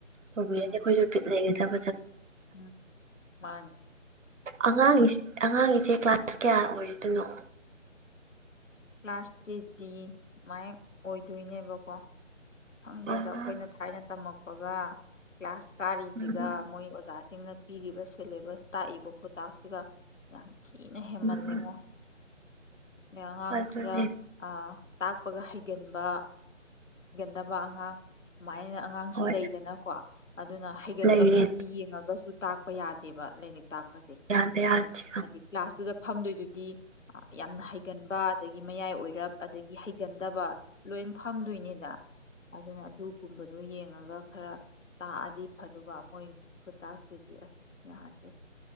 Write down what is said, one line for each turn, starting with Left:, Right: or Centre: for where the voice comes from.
Right: ꯇꯧꯕꯤꯔꯗꯤ
Left: ꯎꯝ
Right: ꯑꯩꯈꯣꯏꯁꯨ ꯕꯤꯠ ꯂꯩꯔꯦꯗ <unintelligible>
Left: ꯎꯝ ꯃꯥꯅꯤ
Right: ꯑꯉꯥꯡ ꯑꯉꯥꯡꯒꯤꯁꯦ ꯀ꯭ꯂꯥꯁ ꯀꯌꯥ ꯑꯣꯏ ꯗꯨꯅꯣ
Left: ꯀ꯭ꯂꯥꯁ ꯀꯦꯖꯤ ꯃꯥꯏ ꯑꯣꯏꯗꯣꯏꯅꯦꯕꯀꯣ ꯈꯪꯗꯦꯗ
Right: ꯑ
Left: ꯑꯩꯈꯣꯏꯅ ꯊꯥꯏꯅ ꯇꯝꯃꯛ ꯑꯣꯖꯥ ꯀ꯭ꯂꯥꯁ ꯀꯥꯔꯤꯁꯤꯒ
Right: ꯎꯝ
Left: ꯃꯣꯏ ꯑꯣꯖꯥꯁꯤꯡꯅ ꯄꯤꯔꯤꯕ ꯁꯦꯂꯦꯕꯁ ꯇꯥꯛꯏꯕ ꯈꯨꯇꯥꯛꯁꯤꯒ ꯌꯥꯝ ꯊꯤꯅ ꯍꯦꯃꯜꯂꯦꯉꯣ
Right: ꯎꯝ
Left: ꯃꯤ ꯑꯉꯥꯡ
Right: ꯑꯗꯨꯅꯦ
Left: ꯈꯔ ꯑꯥ ꯇꯥꯛꯄꯒ ꯍꯩꯒꯟꯕ ꯗꯕ ꯑꯉꯥꯡ ꯁꯨꯃꯥꯏꯅ ꯑꯉꯥꯡꯁꯨ
Right: ꯍꯣꯏ
Left: ꯂꯩꯗꯅꯀꯣ ꯑꯗꯨꯅ ꯍꯩꯒꯟꯕ
Right: ꯂꯩꯔꯦ
Left: ꯈꯛꯀꯤ ꯌꯦꯡꯉꯒꯁꯨ ꯇꯥꯛꯄ ꯌꯥꯗꯦꯕ ꯂꯥꯏꯔꯤꯛ ꯇꯥꯛꯄꯁꯦ
Right: ꯌꯥꯗ
Left: ꯑꯗꯣ
Right: ꯌꯥꯗꯦ
Left: ꯍꯥꯏꯗꯤ ꯀ꯭ꯂꯥꯁꯇꯨꯗ ꯐꯝꯗꯣꯏꯗꯨꯣꯏ ꯒꯤ ꯌꯥꯝꯅ ꯍꯩꯒꯟꯕ ꯒꯤ ꯃꯌꯥꯏ ꯑꯣꯏꯔꯞ ꯑꯗꯒꯤ ꯍꯩ ꯒꯟꯗꯕꯥ ꯂꯣꯏ ꯐꯝꯗꯣꯏꯅꯤꯗ ꯑꯗꯨꯒꯨꯝꯕ ꯑꯗꯨ ꯌꯦꯡꯉꯒ ꯈꯔ ꯇꯥꯛꯑꯗꯤ ꯐ ꯑꯗꯨꯒ ꯃꯣꯏ ꯈꯨꯇꯥꯛꯁꯤꯗꯤ ꯑꯁ ꯌꯥꯗꯦ